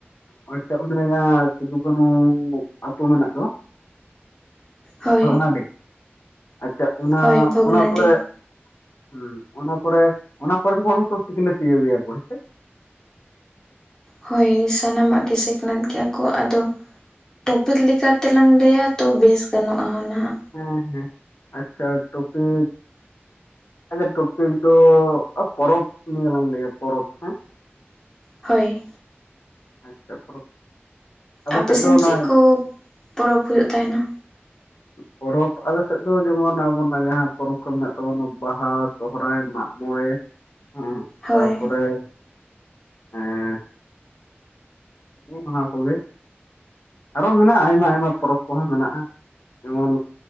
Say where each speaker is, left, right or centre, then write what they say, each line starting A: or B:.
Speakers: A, on the left (about 70°); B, on the left (about 15°).
A: ᱦᱚᱭᱛᱚ ᱩᱱ ᱟᱹᱭᱟᱹ ᱥᱤᱫᱩᱼᱠᱟᱱᱩᱻ ᱟᱹᱛᱩ ᱢᱮᱱᱟᱜ ᱫᱚ,
B: ᱦᱳᱭ
A: ᱵᱷᱚᱜᱽᱱᱟᱰᱤ, ᱟᱪᱪᱷᱟ ᱚᱱᱟᱻ
B: ᱦᱳᱭ ᱵᱷᱚᱜᱽᱱᱟᱰᱤ
A: ᱚᱱᱟ ᱠᱚᱨᱮ ᱦᱩᱸ ᱚᱱᱟ ᱠᱚᱨᱮ, ᱚᱱᱟ ᱠᱚᱨᱮᱱ ᱦᱚᱲ ᱦᱚᱸᱛᱚ ᱥᱤᱠᱱᱟᱹᱛ ᱤᱭᱟᱹ ᱜᱮᱭᱟᱣ ᱠᱚ ᱦᱮᱸ ᱪᱮ?
B: ᱦᱳᱭ ᱥᱟᱱᱟᱢᱟᱜ ᱜᱮ ᱥᱤᱠ ᱱᱟᱹᱛ ᱜᱮᱭᱟ ᱠᱚ ᱟᱫᱚ ᱴᱚᱯᱤᱠ ᱞᱮᱠᱟ ᱛᱮᱞᱟᱝ ᱞᱟᱹᱭᱟ ᱛᱚ ᱵᱮᱥ ᱜᱟᱱᱚᱜᱼᱟ, ᱦᱟᱸ ᱱᱟᱦᱟᱸᱜ,
A: ᱦᱮᱸ ᱦᱮᱸ, ᱟᱪᱪᱷᱟ ᱴᱚᱯᱤᱠ <unintelligible> ᱴᱩᱯᱤᱠ ᱫᱚ ᱯᱚᱨᱚᱵᱽ ᱱᱤᱭᱟᱹ ᱞᱟᱝ ᱞᱟᱹᱭᱟ, ᱯᱚᱨᱚᱵᱽ ᱦᱮᱸ
B: ᱦᱳᱭ᱾
A: ᱟᱪᱪᱷᱟ ᱯᱚᱨᱚᱵᱽ
B: ᱟᱯᱮ
A: ᱥᱮᱫ
B: ᱥᱤᱱ
A: ᱫᱚ ᱚᱱᱟ
B: ᱪᱮᱫ ᱠᱩ ᱯᱚᱨᱚᱵᱽ ᱦᱩᱭᱩᱜ ᱛᱟᱦᱮᱱᱟ?
A: <inaudible> ᱯᱚᱨᱚᱵᱽ ᱟᱞᱮ ᱥᱮᱫ ᱫᱚ ᱡᱮᱢᱚᱱ ᱟᱵᱚᱱᱟᱜ ᱡᱟᱦᱟᱸ ᱯᱚᱨᱚᱵᱽ ᱠᱚ ᱢᱮᱱᱟᱜ ᱛᱟᱵᱚᱱᱟ᱾ ᱵᱟᱦᱟ, ᱥᱚᱦᱨᱟᱭ, ᱢᱟᱜ ᱢᱚᱬᱮ᱾ ᱮᱸᱜ
B: ᱦᱳᱭ
A: ᱛᱟᱯᱚᱨᱮ ᱮᱸ᱾ ᱦᱮᱸ ᱚᱱᱟ ᱠᱚᱜᱮ᱾ ᱟᱨᱚ ᱢᱮᱱᱟᱜᱼᱟ ᱟᱭᱢᱟ ᱟᱭᱢᱟ ᱯᱚᱨᱚᱵᱽ ᱠᱚᱦᱚᱸ ᱢᱮᱱᱟᱜᱼᱟ ᱾ ᱡᱮᱢᱚᱱ